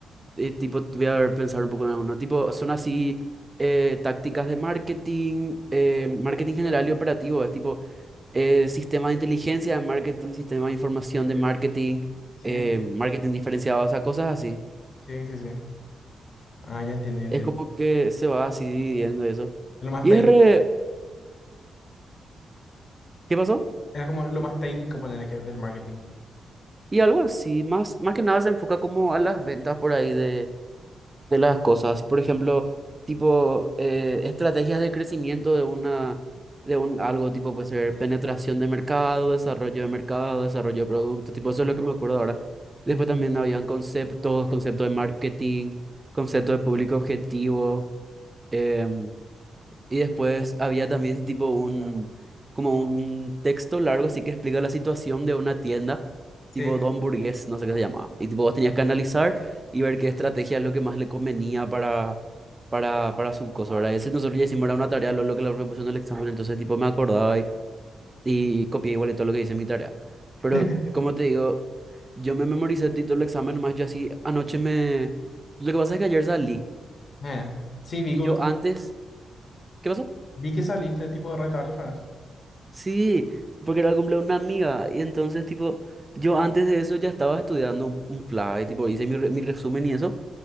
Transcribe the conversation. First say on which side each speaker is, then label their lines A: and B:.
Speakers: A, on the right; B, on the left.
A: eh, tipo, voy a ver, pensar un poco en alguno. Tipo, son así eh, tácticas de marketing, eh, marketing general y operativo. Es tipo eh, sistema de inteligencia de marketing, sistema de información de marketing,
B: Sí,
A: eh, marketing diferenciado, o sea, cosas así.
B: sí, sí, sí. Ah, ya entiendo, ya entiendo.
A: Es como que se va así dividiendo eso.
B: Lo más
A: Y
B: técnico.
A: es re- ¿qué pasó?
B: Era como lo más técnico, ponerle que del marketing.
A: Y algo así, más, más que nada se enfoca como a las ventas por ahí de de las cosas. Por ejemplo, tipo eh, estrategias de crecimiento de una de un algo tipo puede ser penetración de mercado, desarrollo de mercado, desarrollo de producto, tipo eso es lo que me acuerdo ahora. Después
B: Ujú.
A: también habían conceptos, conceptos de marketing, concepto de público objetivo. em, y después había también tipo un, como un texto largo así que explica la situación de una tienda,
B: Sí.
A: tipo Don Burgués, no sé qué se llamaba. Y tipo vos tenías que analizar y ver qué estrategia es lo que más le convenía para, para, para su cosa, ¿verdad? Y ese nosotros ya hicimos era una tarea, lo, lo que le propusieron en el examen, entonces tipo me acordaba y, y copié igual y todo lo que dice mi tarea. Pero
B: <laughs>
A: como te digo, yo me memoricé todo el examen, nomás yo así anoche me... Lo que pasa es que ayer salí
B: Bueno, sí, vi
A: y
B: que,
A: yo antes... ¿Qué pasó?
B: vi que saliste tipo de retardo otra vez.
A: Sí, porque era el cumpleaños de una amiga. Y entonces, tipo, yo antes de eso ya estaba estudiando un, un fly, tipo, hice mi, re- mi resumen y eso,